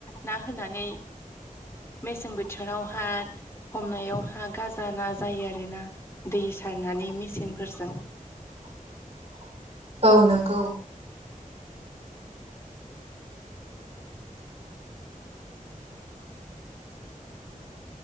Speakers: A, on the left; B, on the right.
A: ना होनानै मेसें बोथोरावहाय हमनायावहा गाजा ना जायो आरोना दै सारनानै मेचिनफोरजों
B: <inaudible> औ नंगौ